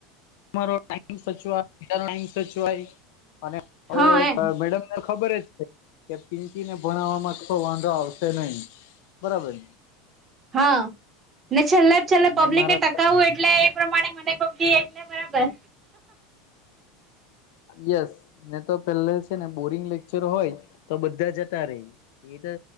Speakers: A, on the left; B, on the right.
A: તમારો ટાઇમ સચવાય બીજા ટાઈમ સચવાય અને હવે
B: હા એમ
A: મેડમ ને ખબર જ છે કે પિંકીને ભણવામાં થોડો વાંધો આવ શે નહી, બરાબર ને?
B: હા, ને છેલ્લે છેલ્લે
A: મેં
B: પબ્લિકને
A: મારા
B: ટકાવવું એટલે એ પ્રમાણે મને કહો કે તે બરાબર.
A: યસ, ને તો પેલે છે ને બોરિંગ લેક્ચર હોય, તો બધા જતા રેય. એ તો